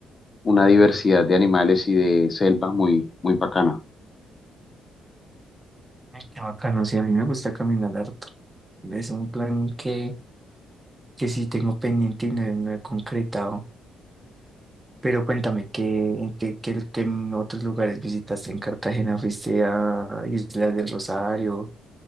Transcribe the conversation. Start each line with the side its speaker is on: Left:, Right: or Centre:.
Left: una diversidad de animales y de selva muy, muy bacana.
Right: Ay, qué bacano, sí, a mí me gusta caminar harto. Es un plan que, que sí tengo pendiente y no, he no he concretado. Pero cuéntame, ¿qué, en qué, qué, qué otros lugares visitaste en Cartagena? ¿Fuiste a Islas del Rosario?